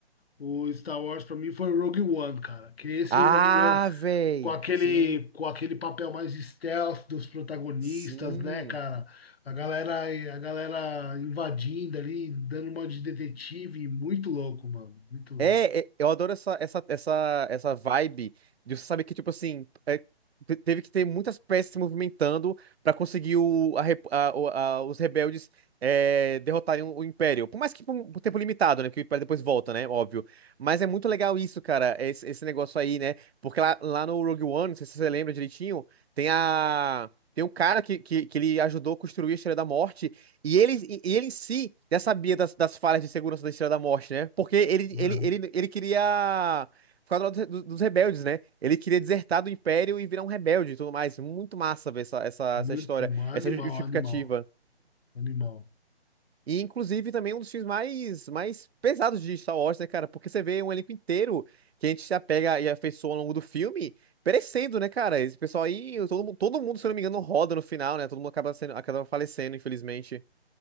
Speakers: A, on the left (about 65°); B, on the right (about 75°).
A: o Star Wars, pra mim, foi o Rogue One, cara. Que esse
B: Ah,
A: Rogue One
B: véi.
A: com aquele,
B: Sim,
A: com aquele papel mais stealth dos protagonistas,
B: sim.
A: né, cara? A galera, a galera invadindo ali, dando uma de detetive, muito louco, mano, muito louco.
B: É, é, eu adoro essa, essa, essa, essa vibe de você saber que, tipo assim, é, te- teve que ter muitas peças se movimentando pra conseguir o, a rep- a- o- a- os rebeldes é, derrotarem o Império. Por mais que por um por tempo limitado, né? Que o Império depois volta, né? Óbvio. Mas é muito legal isso, cara, esse, esse negócio aí, né? Porque lá, lá no Rogue One, não sei se você lembra direitinho, tem a. Tem um cara que, que, que ele ajudou a construir a Estrela da Morte. E ele, e e ele em si já sabia das, das falhas de segurança da Estrela da Morte, né? Porque ele,
A: Aham.
B: ele, ele, ele queria ficar do lado dos, dos rebeldes, né? Ele queria desertar do Império e virar um rebelde e tudo mais. Muito massa ver essa, essa,
A: Muito,
B: essa história,
A: mano,
B: essa
A: animal,
B: justificativa.
A: animal, animal.
B: E, inclusive, também um dos filmes mais, mais pesados de Star Wars, né, cara? Porque você vê um elenco inteiro que a gente se apega e afeiçoa ao longo do filme, perecendo, né, cara? Esse pessoal aí, todo, mu- todo mundo, se eu não me engano, roda no final, né? Todo mundo acaba, sendo, acaba falecendo, infelizmente.